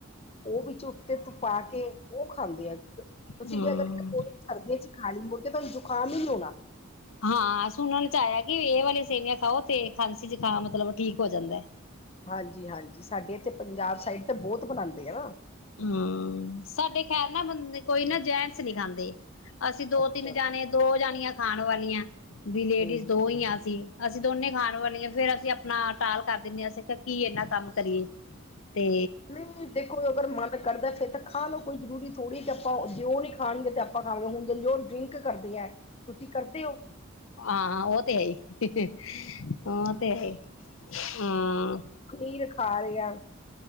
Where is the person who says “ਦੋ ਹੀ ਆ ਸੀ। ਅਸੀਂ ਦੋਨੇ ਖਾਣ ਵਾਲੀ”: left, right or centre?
Left